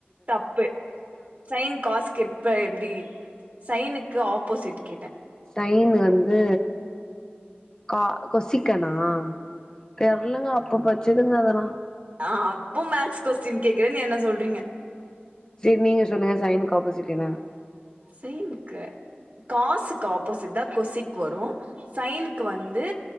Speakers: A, on the right; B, on the left.
A: தப்பு சைன் காஸ் கிப்ப எப்டி சைனுக்கு ஆப்போசிட் கேட்
B: சைன் வந்து கா கொசிக்கனா தெர்லங்க அப்ப படுச்சதுங்க அதெல்லா
A: ஆ அப்போ மேக்ஸ் கொஸ்டின் கேக்குறேன் என்ன சொல்றீங்க
B: சரி நீங்க சொல்லுங்க சைனுக்கு ஆப்போசிட் என்ன?
A: செய்ன் ருக்கு காசுக்கு ஆப்போசிட்தா கொசிக்கு வரும் சைனுக்கு வந்து